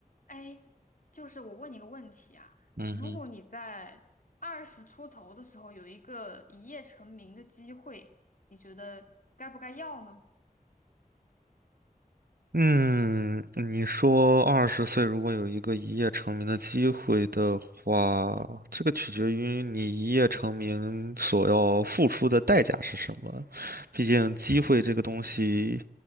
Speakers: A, on the left; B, on the right.
A: 哎，就是我问你个问题啊，
B: 嗯哼，
A: 如果你在二十出头的时候有一个一夜成名的机会，你觉得该不该要呢？
B: 嗯，你说二十岁如果有一个一夜成名的机会的话，这个取决于你一夜成名所要付出的代价是什么。毕竟机会这个东西，